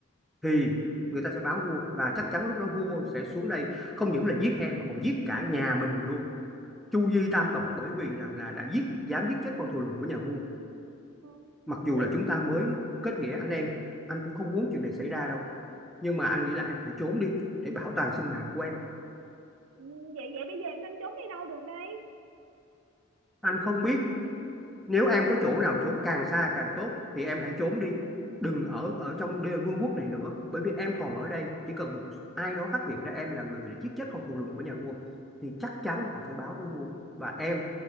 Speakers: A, in the centre; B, on the right (about 85°).
A: thì người ta sẽ báo vua và chắc chắn lúc đó vua sẽ xuống đây không những là giết em mà còn giết cả nhà mình luôn Chu Di Tam Tộc bởi vì rằng là là đã giết dám giết chết con thù lùn của nhà vua
B: ừ,
A: mặc dù
B: vậy
A: là chúng ta mới kết nghĩa anh em anh cũng không muốn chuyện này xảy ra đâu nhưng mà anh nghĩ là em phải trốn đi để bảo toàn sinh mạng của em
B: ừ, vậy vậy bây giờ em nên trốn đi đâu được đây
A: anh không biết nếu em có chỗ nào trốn càng xa càng tốt thì em hãy trốn đi đừng
B: ừ,
A: ở ở trong đê vương quốc này nữa bởi vì em còn ở đây chỉ cần một ai đó phát hiện ra em là người đã giết chết con thù lùn của nhà vua thì chắc chắn họ sẽ báo với vua và em